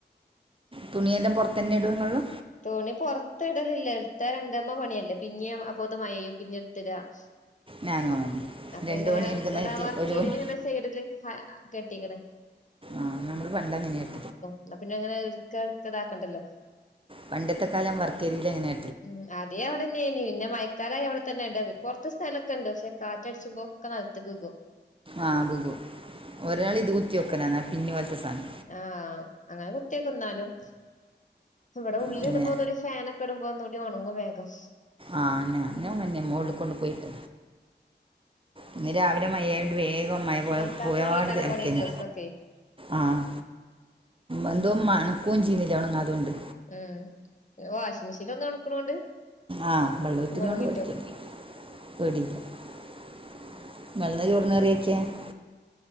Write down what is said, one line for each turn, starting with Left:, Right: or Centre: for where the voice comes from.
Right: തുണിയെല്ലാം പുറത്തന്നെ ഇടു നൊള്ളൂ
Left: തുണി പൊറത്ത് ഇടലില്ല എട്ത്ത രണ്ടേമ്മ പണിയല്ലേ പിന്നേ അപ്പോത് മഴയയും പിന്നെ എടുത്ത്ഇടാൻ സ്
Right: ഞാനും അങ്ങനെ
Left: അപ്പ
Right: രണ്ട്
Left: പിന്നെ
Right: പണി എടുക്കുന്നതായിട്ട്
Left: ഇവിടെ വർക്ക്രേരില്
Right: ഒരു പണി
Left: സൈഡില് കെട്ടിക്ക്ണ
Right: ആഹ നമ്മൾ പണ്ട് അങ്ങനേനു
Left: ആഹ പിന്നെങ്ങനെ ഇടുക്കട്ക്കതാക്കണ്ടല്ലോ
Right: പണ്ടത്തെ കാലം വർക്കേരിലേനി
Left: ഉം അദ്യഅവിടന്നേനി പിന്നെ മ സ്ഥലം ഇവിടെ ത്തന്നെ ഉണ്ട് പൊറത്തെ സ്ഥലക്ക്ണ്ട് പക്ഷെ കാറ്റ അടിച്ചുമ്പോ ഒക്കെ നലത്ത്ക്ക് വികും
Right: ആഹ ബികും ഒരാള് ഇത് കുത്തി വെക്കനലാ പിന്ന് പോലത്തെ സാധം
Left: ആഹ് അങ്ങനെ കുത്തിയെക്കും ന്നാലും ഇവിടെ ഉള്ളി
Right: പിന്നെ
Left: ഇടുമ്പോ ഒന്നൂടി ഫാനൊ ക്കെടുമ്പോ ഒന്നൂടി ഒണങ്ങും വേഗം
Right: ആഹ് ഞാനും അങ്ങന്നെയാ മോകളി കൊണ്ട് പോയിട്ട്. ഇന്ന് രാവിലെ മയയോണ്ട് വേഗം മഴ പോയ
Left: മയക്കാലത്ത്
Right: പോയപാട്
Left: ഒണങ്ങിട്ടാനാ
Right: ഇത് അലക്കയന്
Left: പണി ഡ്രസ്സൊക്കെ
Right: ആഹ്. എന്തോ മണക്കും ചെയ്യുന്നില്ലെ ഉണങ്ങാതോണ്ട്?
Left: ഉം പിന്നെ വാഷിംഗ് മെഷീനി ഒന്ന് ഒണക്കണോണ്ട്
Right: ആഹ് വെള്ളം ഊറ്റുന്നോണ്ട്
Left: ഒന്ന് ഒണങ്ങിട്ടു.
Right: പേടിക്കണ്ട <unintelligible>